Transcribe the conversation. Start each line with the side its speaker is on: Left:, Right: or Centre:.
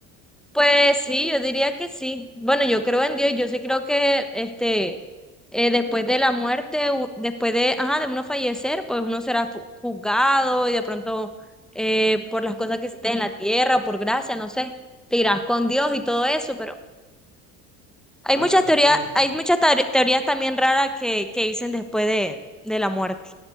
Centre: Pues sí, yo diría que sí. Bueno, yo creo en Dios y yo sí creo que este eh, después de la muerte, u- después de, ajá, de uno fallecer, pues uno será ju- juzgado y de pronto eh, por las cosas que hiciste en la tierra o por gracia, no sé, te irás con Dios y todo eso, pero hay
Left: Ah,
Centre: muchas
Left: claro,
Centre: teorías,
Left: pues
Centre: hay muchas teor- teorías también raras que, que dicen después de, de la muerte.